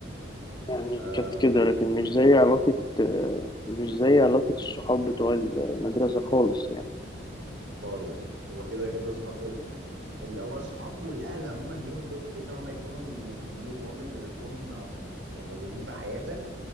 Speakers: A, on the left; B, on the right.
A: يعني
B: آه،
A: كانت كده لكن مش زي علاقه آه، مش زي علاقه الصحاب بتوع المدرسه خالص يعني
B: خالص هو كده كده صحاب ال- الاول صحاب والاهل عموما ليهم دور كبير ان هم يكونوا مهمين مهم انه يكون مهم يعني موجودين في حياتك